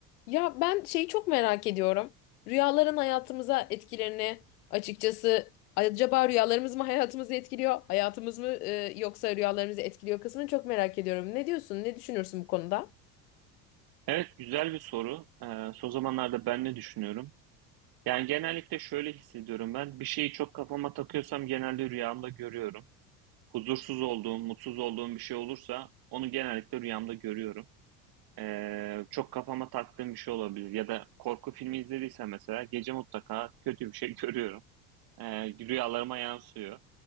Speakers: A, on the left (about 70°); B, on the right (about 50°).
A: Ya ben şeyi çok merak ediyorum. Rüyaların hayatımıza etkilerini açıkçası acaba rüyalarımız mı <laughs> hayatımızı etkiliyor, hayatımız mı e, yoksa rüyalarımızı etkiliyor kısmını çok merak ediyorum. Ne diyorsun? Ne düşünürsün bu konuda?
B: Evet, güzel bir soru. Ee, son zamanlarda ben ne düşünüyorum? Yani genellikle şöyle hissediyorum ben. Bir şeyi çok kafama takıyorsam genelde rüyamda görüyorum. Huzursuz olduğum, mutsuz olduğum bir şey olursa onu genellikle rüyamda görüyorum. Ee, çok kafama taktığım bir şey olabilir. Ya da korku filmi izlediysem mesela gece mutlaka kötü bir şey <laughs> görüyorum. Ee, rüyalarıma yansıyor.